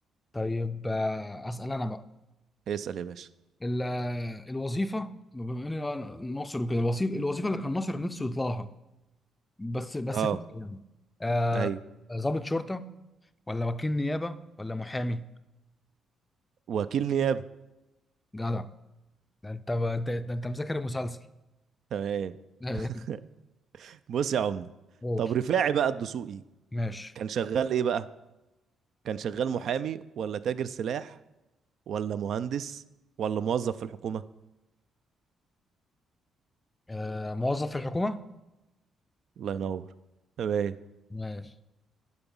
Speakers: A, on the left; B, on the right.
A: طيب آه أسأل أنا بقى
B: اسأل يا باشا
A: ال- الوظيفة بما إني أنا ناصر وكده الوظيفة الوظيفة اللي كان ناصر نفسه يطلعها بس بس
B: اه
A: في يعني آه،
B: ايوه
A: ضابط شرطة ولا وكيل نيابة ولا محامي
B: وكيل نيابة
A: جدع ده انت ده ده انت مذاكر المسلسل
B: تمام
A: <laughs>
B: <laughs> بص يا عمده
A: قول
B: طب رفاعي بقى الدسوقي
A: ماشي
B: كان شغال ايه بقى كان شغال محامي ولا تاجر سلاح ولا مهندس ولا موظف في الحكومة
A: آه موظف في الحكومة
B: الله ينور تمام
A: ماشي